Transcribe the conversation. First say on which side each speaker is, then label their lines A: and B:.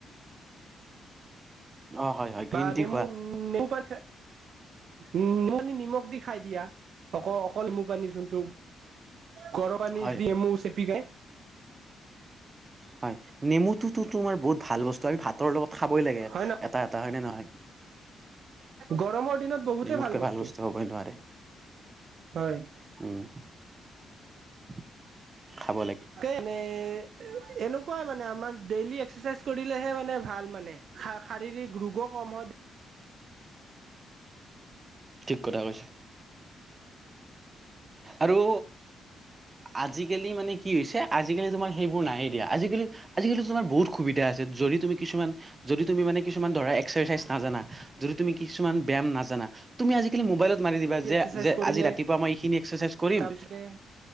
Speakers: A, on the right (about 30°); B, on the right (about 60°).
A: অ হয় হয় গ্ৰীণ
B: বা
A: টি
B: নেমু,
A: খোৱা
B: নেমু পানী খাই উ নেমু পানী নিমখ দি খাই দিয়া। অক, অকল নেমু পানী জোনটো। গৰ পানী
A: হয়
B: দি নেমু চেপি খায়।
A: হয় নেমুটোতো তোমাৰ বহুত ভাল বস্তু আমি ভাতৰ লগত খাবই লাগে
B: হয় ন
A: এটা এটা হয়নে নহয়?
B: গৰমৰ দিনত বহুতেই
A: নেমুতকৈ
B: ভাল বস্তু।
A: হ'বই নোৱাৰে
B: হয়।
A: উম <inaudible> খাব লাগে
B: কেনে? এ-এ-এনেকুৱাই মানে আমাৰ ডেইলী এক্সাচাইজ কৰিলেহে মানে ভাল মানে। শা-শাৰীৰিক ৰোগ গ কম হয়।
A: ঠিক কথা কৈছে। আৰু আজিকালি মানে কি হৈছে, আজিকালি তোমাৰ হেইবোৰ নায়ে দিয়া। আজিকালি, আজিকালি তোমাৰ বহুত সুবিধা আছে। যদি তুমি কিছুমান, যদি তুমি মানে কিছুমান ধৰা এক্সাৰচাইজ নাজানা, যদি তুমি কিছুমান ব্যায়াম নাজানা। তুমি আজিকালি মোবাইলত মাৰি দিবা যে,
B: এক্সাৰচাইজ
A: যে
B: কৰিলে
A: আজি ৰাতিপুৱা মই এইখিনি এক্সাৰচাইজ কৰিম।
B: তাৰপিছতে